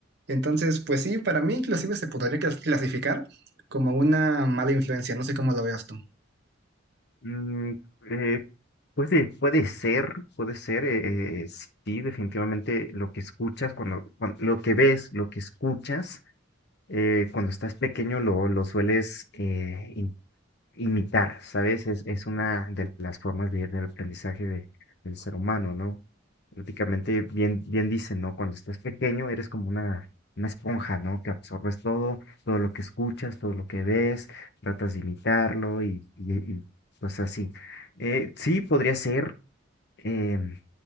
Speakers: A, on the right; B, on the left.
A: Entonces, pues sí, para mí inclusive se podría clas- clasificar como una mala influencia, no sé cómo lo veas tú.
B: Mm, eh, Puede, puede ser, puede ser, eh, eh, sí, definitivamente lo que escuchas, cuando, cuan- lo que ves, lo que escuchas, eh, cuando estás pequeño lo, lo sueles eh, im- imitar, ¿sabes? Es, es una de las formas de- del aprendizaje de- del ser humano, ¿no? Prácticamente bien, bien dicen, ¿no? Cuando estás pequeño eres como una, una esponja, ¿no? Que absorbes todo, todo lo que escuchas, todo lo que ves, tratas de imitarlo y, y, y pues así. Eh, sí, podría ser, em,